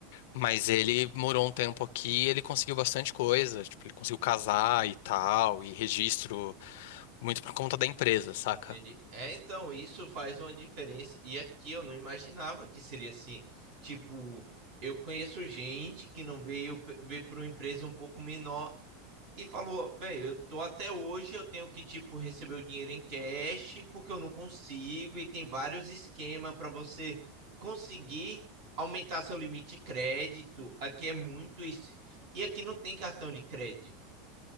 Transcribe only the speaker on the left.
Mas ele morou um tempo aqui, ele conseguiu bastante coisa, tipo, ele conseguiu casar e tal, e registro muito por conta da empresa, saca?